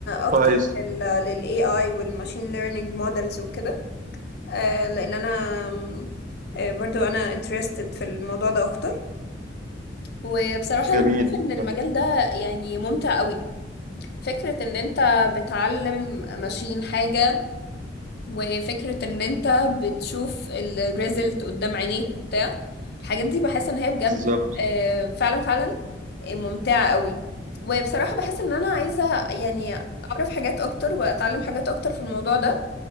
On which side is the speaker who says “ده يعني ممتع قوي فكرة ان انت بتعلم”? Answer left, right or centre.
Left